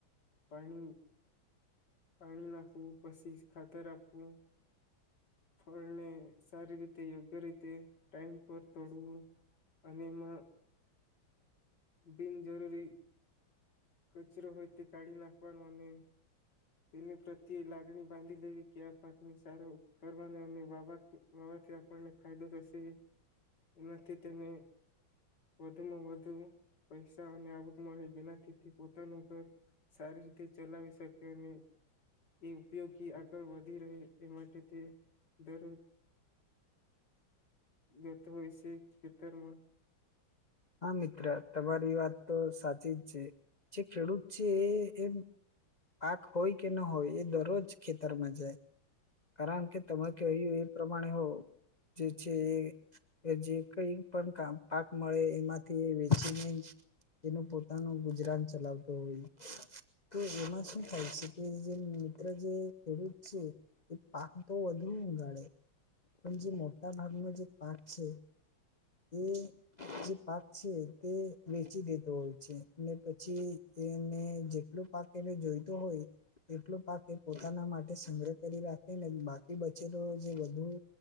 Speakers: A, on the left; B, on the left.
A: પાણી પાણી નાખવું, પછી જ ખાતર આપવું. ફળને સારી રીતે યોગ્ય રીતે ટાઈમ પર તોડવું. અને એમાં બિન જરૂરી કચરો હોય તે કાઢી નાખવાનું અને તેને પ્રત્યે લાગણી બાંધી લેવી કે આ પાકને સારો કરવાને અને વાવા વાવાથી આપણને ફાયદો થશે એનાથી તેને વધુમાં વધુ પૈસા અને આવક મળે એનાથી પોતાનું ઘર સારી રીતે ચલાવી શકે અને એ ઉપયોગી આગળ વધી રહે એ માટે તે દરરોજ જતો હોય છે ખેતરમાં.
B: હા મિત્ર તમારી વાત તો સાચી જ છે જે ખેડૂત છે એ પાક હોય કે ન હોય એ દરરોજ ખેતરમાં જાય. કારણ કે તમે કહ્યું એ પ્રમાણે હો જે છે એ જે કઈ પણ પાક મળે એમાંથી વેચીને એનું પોતાનું ગુજરાન ચલાવતો હોય તો એમાં થાય છે કે મીત્રા જે ખેડૂત છે. એ પાક તો વધુ ઉગાળે પણ જે મોટા ભાગનો જે પાક છે. એ જે પાક છે તે વેચી દેતો હોય છે ને પછી એને જેટલો પાકેલે જોઈતો હોય એટલો પાક એ પોતાના માટે સંગ્રહ કરી રાખે ને બાકી બચે તો જે બું